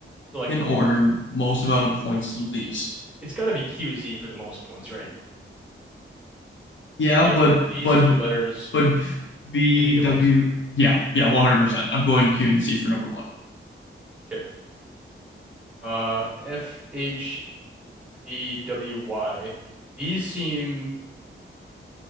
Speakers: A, in the centre; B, on the left.
A: So like
B: In order, most amount of points to least.
A: it's got to be QZ for the most points, right?
B: Yeah,
A: Like
B: but,
A: these
B: but,
A: two letters
B: but VW.
A: give you the most.
B: Yeah, yeah, 100%. I'm going Q and Z for number one.
A: Okay. Uh, F H V W Y. These seem